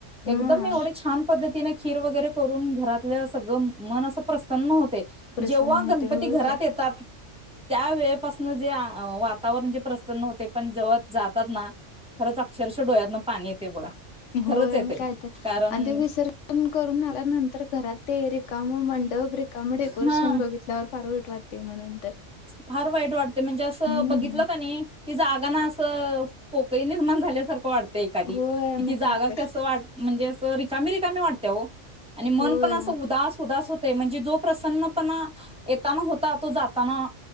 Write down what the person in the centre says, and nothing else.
एकदम एवढे छान पद्ध तिने खीर वगैरे करून घरातलं सगळ मन असं प्रसन्न होतय.
जेव्हा
गणपती
घरात
येतात त्या वेळेपासन जे वातावरण जे प्रसन्न होते पण जेव्हा जातात ना खरंच अक्षरशः डोळ्यात ना पाणी येते बघा
खरंच आहे
ते
कारण
हा
फार वाईट वाटते म्हणजे असं
बघितलं का नाही ती जागा ना असं पोकळी निर्माण झाल्यासारखं वाटतं एखादी
कि ती
जागा
कस वाट म्हणजे असं रिकामी रिकामी वाटते हो आणि मन
पण असं उदास उदास हो ते म्हणजे जो प्रसन्नपणा येताना होता तो जाताना